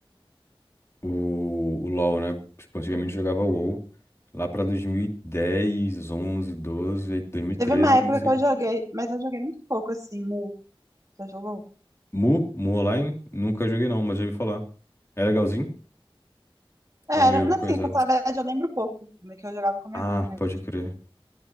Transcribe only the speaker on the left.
o, o LoL, né? Tipo, antigamente eu jogava WoW. Lá pra 2010, 11, 12, aí 2013
eu comecei.
Mu, Mu Online, nunca joguei não, mas já ouvi falar. É legalzinho? Ou
É meio
coisa...
Ah,
pode
crer.